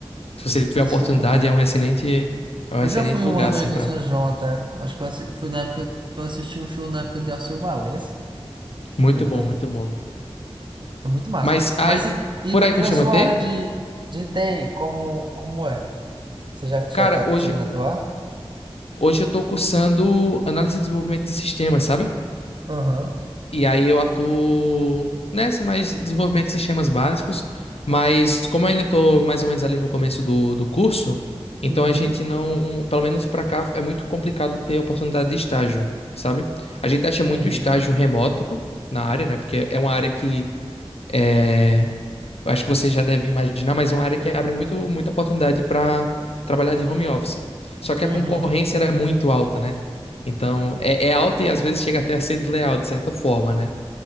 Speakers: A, on the left; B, on the right.
A: Se você tiver
B: Eu
A: a oportunidade,
B: sei como é.
A: é um excelente, é um
B: Eu
A: excelente
B: já fui um
A: lugar,
B: ano
A: assim,
B: aí no
A: pra...
B: São João até. Acho que eu assi- fui na época que eu assisti um show na época de Alceu Valença, se
A: Muito
B: não me engano.
A: bom, muito bom.
B: É muito massa.
A: Mas aí,
B: Mas e, e,
A: por
B: na,
A: aí
B: e
A: costuma
B: na sua
A: ter?
B: área de, de TI, como, como é? Você já, já
A: Cara,
B: tá conseguindo
A: hoje,
B: atuar?
A: hoje eu tô cursando análise e desenvolvimento de sistemas, sabe?
B: Aham.
A: E aí eu atuo nessa mais desenvolvimento de sistemas básicos, mas como eu ainda estou mais ou menos ali no começo do, do curso, então
B: Uhum.
A: a gente não, pelo menos para cá, é muito complicado ter oportunidade de estágio, sabe? A gente acha muito
B: Entendi.
A: estágio remoto na área, né? Porque é uma área que é, eu acho que você já deve imaginar, mas é uma área que abre muito, muita oportunidade para trabalhar de home office. Só que
B: Uhum.
A: a concorrência ela é muito alta, né? Então, é, é alta e às vezes chega até a ser desleal, de certa forma, né?